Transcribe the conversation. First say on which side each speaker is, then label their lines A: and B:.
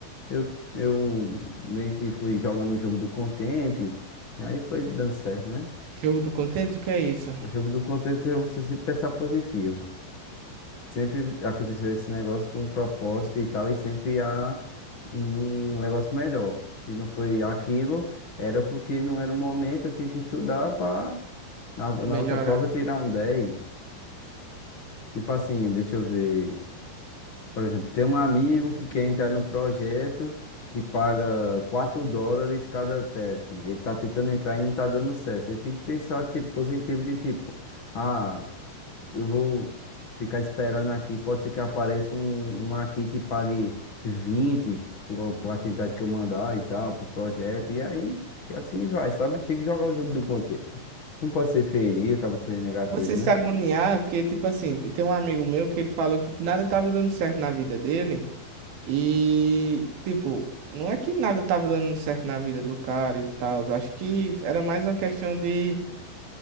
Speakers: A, on the left; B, on the right.
A: eu, eu meio que fui jogando o jogo do contente, e aí foi dando certo, né?
B: Jogo do contento, o que é isso?
A: O jogo do contente é você sempre pensar positivo. Sempre aconteceu esse negócio com um propósito e tal, e sempre há um negócio melhor. Se não foi aquilo, era porque não era o momento, eu tinha que estudar para Na,
B: Melhorar.
A: na outra prova tirar um dez Tipo assim, deixa eu ver. Por exemplo, tem um amigo que quer entrar num projeto que paga 4 dólares cada task. Ele tá tentando entrar e não tá dando certo. Ele tem que pensar tipo, positivo de tipo, ah, eu vou ficar esperando aqui, pode ser que apareça um, um aqui que pague 20 por, por atividade que eu mandar e tal, pro projeto. E aí, e assim vai, sabe? Tem que jogar o jogo do contexto. Não pode ser feio, acaba sendo negativo,
B: você se
A: né?
B: agoniar, porque, tipo assim, tem um amigo meu que ele falou que nada tava dando certo na vida dele. E, tipo, não é que nada tava dando certo na vida do cara e tal. Acho que era mais uma questão de.